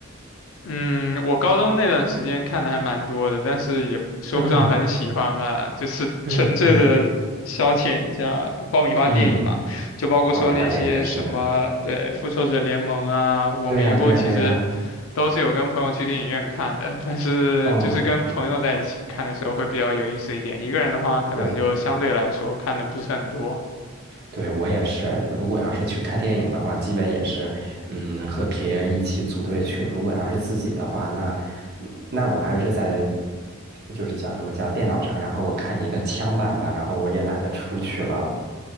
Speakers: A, on the left; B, on the right.
A: 嗯，我高中那段时间看的还蛮多的，但是也说不上很喜欢吧，
B: 嗯
A: 就是纯粹的消遣一下爆米花电影嘛，
B: 嗯嗯嗯，
A: 就包括说那些什么，
B: 爆米花电影，是的，
A: 对，《复仇者联盟》啊，我每一部其实
B: 对呀对呀对呀，
A: 都是有跟朋友去电影院看的，但是就是跟朋友在一起看的时候会比较有意思一点，
B: 嗯，
A: 一个人的话可能就相对来说看的不是很多。
B: 对，对，我也是。如果要是去看电影的话，基本也是，嗯，和别人一起组队去。如果要是自己的话，那那我还是在，就是叫什么叫电脑上，然后我看一个枪版吧，然后我也懒得出去了。